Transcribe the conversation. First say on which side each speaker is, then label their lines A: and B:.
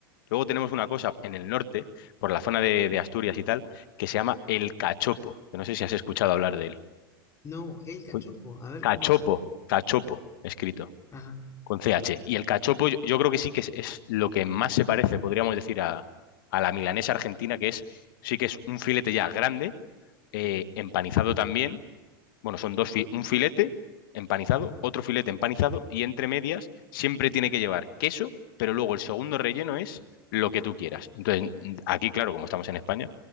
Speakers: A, on the left; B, on the left.
A: luego tenemos una cosa en el norte, por la zona de, de Asturias y tal, que se llama el cachopo. que No sé si has escuchado hablar de él.
B: no, el cachopo,
A: Pues,
B: a ver
A: Cachopo,
B: cómo es.
A: cachopo, escrito.
B: Ajá.
A: con CH. Y el cachopo yo, yo creo que sí que es, es lo que más se parece, podríamos decir, a, a la milanesa argentina, que es sí que es un filete ya grande, eh, empanizado también. Bueno, son dos, fi- un filete empanizado, otro filete empanizado y entre medias siempre tiene que llevar queso, pero luego el segundo relleno es lo que tú quieras. Entonces, aquí, claro, como estamos en España,